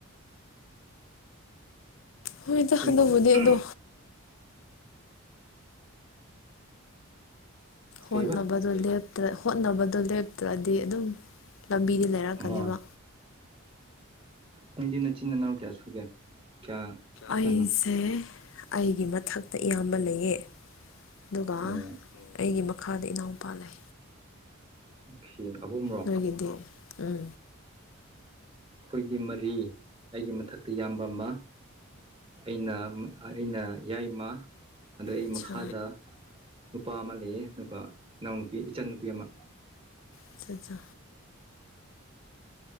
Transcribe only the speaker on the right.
ꯑꯩꯈꯣꯏ
ꯀꯩꯕ
ꯍꯣꯏ ꯅꯪꯗꯤ ꯅꯆꯤꯟ ꯅꯅꯥꯎ ꯀꯌꯥ ꯁꯨꯒꯦ ꯀꯌꯥ
ꯀꯌꯥꯅꯣ
ꯑꯣ
ꯑꯣꯀꯦ ꯑꯍꯨꯝꯔꯣ
ꯑꯩꯈꯣꯏꯗꯤ ꯃꯔꯤ ꯑꯩꯒꯤ ꯃꯊꯛꯇ ꯏꯌꯥꯝꯕ ꯑꯃ ꯑꯩꯅ ꯑꯩꯅ ꯌꯥꯏꯃ ꯑꯗꯣ ꯑꯩ
ꯃꯈꯥꯗ
ꯅꯨꯄꯥ ꯑꯃ ꯂꯩꯌꯦ ꯑꯗꯨꯒ ꯏꯅꯥꯎꯅꯨꯄꯤ ꯏꯆꯟ ꯅꯨꯄꯤ ꯑꯃ